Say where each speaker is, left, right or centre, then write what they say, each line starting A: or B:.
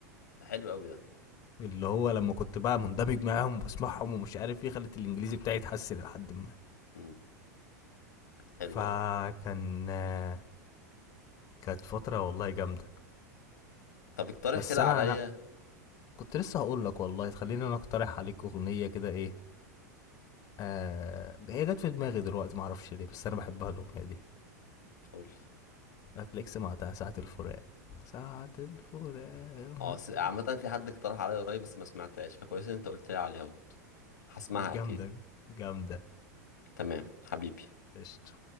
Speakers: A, on the left; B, on the left.
A: ده حلو قوي ده
B: اللي هو لما كنت بقى مندمج معاهم وبسمعهم ومش عارف ايه خلت الانجليزي بتاعي يتحسن لحد ما
A: امم حلو
B: فكان
A: قوي
B: آه، كانت فتره والله جامده
A: طب اقترح
B: بس
A: كده
B: انا
A: عليا
B: انا كنت لسه هقول لك والله خليني
A: امم
B: انا اقترح عليك اغنيه كده ايه آه هي جت في دماغي دلوقتي ما اعرفش ليه بس انا بحبها الاغنيه دي
A: قول لي
B: هتلاقيك سمعتها ساعه الفراق ساعه الفراق ما
A: اه س-
B: تقول
A: عامه في حد اقترح عليا قريب بس ما سمعتهاش فكويس ان انت قلت لي عليها برضه هسمعها
B: جامده
A: اكيد
B: جامده
A: تمام حبيبي
B: قشطه